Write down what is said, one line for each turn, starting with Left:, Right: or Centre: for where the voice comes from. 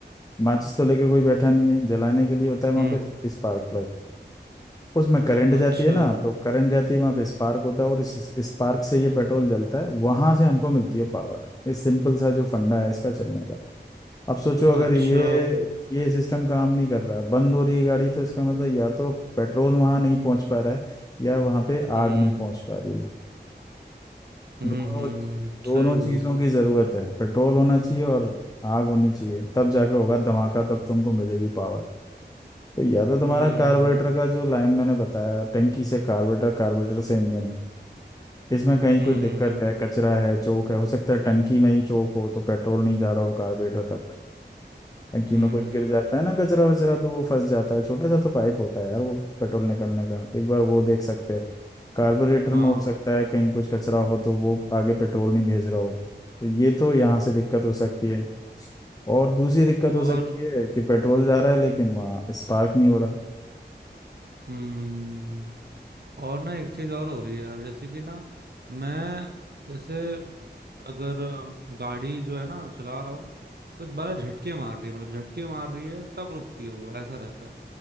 Left: माचिस तो लेके कोई बैठा नहीं है जलाने के लिए होता है वहां
Right: हम्म
Left: पे स्पार्क प्लग उसमें करंट जाती
Right: अच्छा
Left: है ना तो करंट जाती है वहां पे स्पार्क होता है और इस स्पार्क से ये पेट्रोल जलता है वहां से हमको मिलती है पावर ये सिंपल सा जो फंडा है इसका चलने का अब सोचो अगर
Right: अच्छा
Left: ये ये सिस्टम काम नहीं कर रहा बंद हो रही है गाड़ी तो इसका मतलब या तो पेट्रोल वहां नहीं पहुंच पा रहा है या वहां पे
Right: हम्म
Left: आग नहीं पहुंच पा रही है
Right: हम्म
Left: दोनों
Right: हम्म
Left: दोनों
Right: सही
Left: चीजों
Right: बोल रहे हो
Left: की जरूरत है पेट्रोल होना चाहिए और आग होनी चाहिए तब जाके होगा धमाका तब तुमको मिलेगी पावर तो या तो
Right: हम्म
Left: तुम्हारा कार्बोरेटर का जो लाइन मैंने बताया टंकी से कार्बोरेटर कार्बोरेटर से इंजन इसमें कहीं
Right: हम्म
Left: कुछ दिक्कत
Right: हम्म
Left: है कचरा है चोक है हो सकता है टंकी में ही चोक हो तो पेट्रोल नहीं जा रहा हो कार्बोरेटर तक टंकी
Right: हम्म
Left: में कुछ गिर
Right: हम्म,
Left: जाता
Right: हम्म,
Left: है ना कचरा वचरा तो वो फंस जाता है छोटा सा तो पाइप होता है यार वो पेट्रोल निकलने का एक बार वो देख सकते हैं कार्बोरेटर
Right: हाँ
Left: में हो सकता है कहीं कुछ कचरा हो तो वो आगे पेट्रोल नहीं भेज रहा हो तो ये तो यहाँ से दिक्कत हो सकती है और दूसरी दिक्कत
Right: और
Left: हो सकती है कि पेट्रोल जा रहा है लेकिन वहाँ स्पार्क नहीं हो रहा
Right: हम्म और ना एक चीज और हो रही है यार जैसे कि ना मैं जैसे अगर अ, गाड़ी जो है ना चला रहा हूँ तो बड़ा झटके मार रही है मतलब झटके मार रही है तब रुकती है वो ऐसा रहता